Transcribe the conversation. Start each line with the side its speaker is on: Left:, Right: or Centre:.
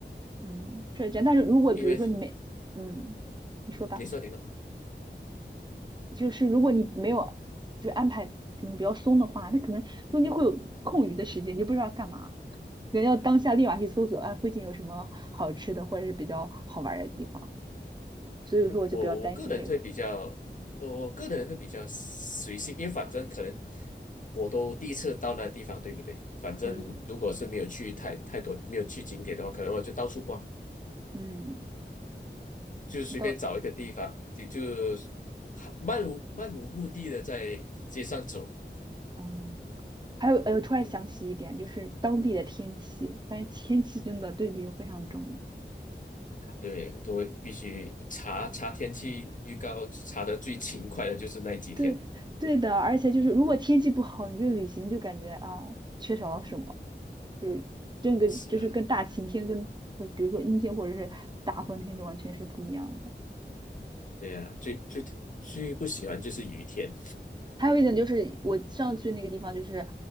Right: 嗯，是这样。但是如果比如说你没嗯，
Left: 因为
Right: 你说吧。
Left: 你说，你说，
Right: 就是如果你没有就安排可能比较松的话，那可能中间会有空余的时间，你就不知道干嘛，人要当下立马去搜索啊附近有什么好吃的或者是比较好玩儿的地方，所以说我就比较担心这个。
Left: 我我个人会比较，我我个人会比较随性，因为反正可能我都第一次到那地方，对不对？反正如果是没有去太太多，
Right: 嗯
Left: 没有去景点的话，可能我就到处逛，
Right: 嗯，
Left: 就随便找一个地方，
Right: 你到
Left: 就就漫无漫无目的的在街上走。
Right: 嗯，还有呃，突然想起一点，
Left: 嗯，
Right: 就是当地的天气，发现天气真的对旅游非常重要。
Left: 对，都会必须查查天气预告，查的最勤快的就是那几天了。
Right: 对对的，而且就是如果天气不好，你这旅行就感觉啊缺少了什么。就是这个就是跟大晴天跟和比如说阴天或者是大风天就完全是不一样的。
Left: 是啊，对啊，最最最不喜欢就是雨天。
Right: 还有一点就是我上去那个地方就是，